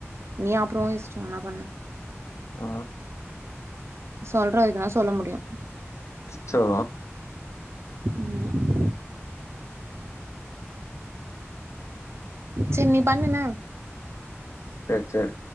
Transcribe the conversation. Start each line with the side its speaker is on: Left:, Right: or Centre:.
Right: நீ அப்புறம் உன் இஷ்டம் என்ன பண்ண
Left: ஆ
Right: சொல்ற வரைக்கும் தான் சொல்ல முடியும்
Left: அச்சச்சோ
Right: ஆமா சரி நீ பண்ணு என்ன
Left: சரி சரி